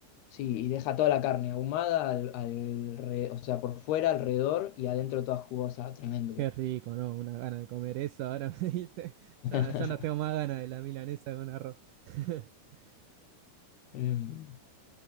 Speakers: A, on the left; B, on the right.
A: sí, y deja toda la carne ahumada, al, al re- o sea, por fuera, alrededor y adentro toda jugosa, tremendo
B: Qué
A: queda.
B: rico, ¿no? Una gana de comer eso, ahora <laughs> me diste. Ya,
A: <laughs>
B: ya no tengo más ganas de la milanesa con arroz. <laughs>
A: Em,